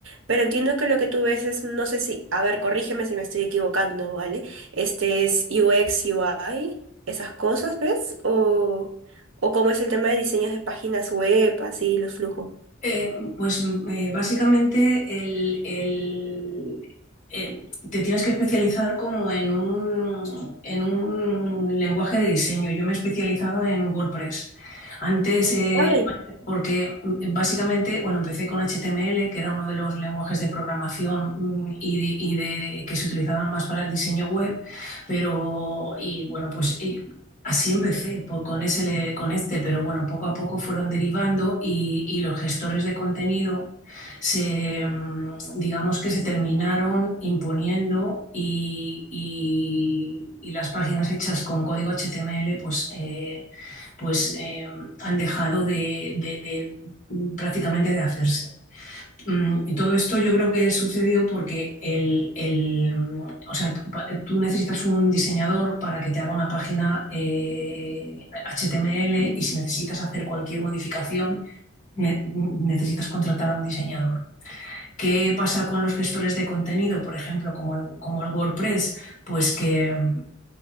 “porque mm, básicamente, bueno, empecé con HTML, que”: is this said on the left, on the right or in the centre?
Left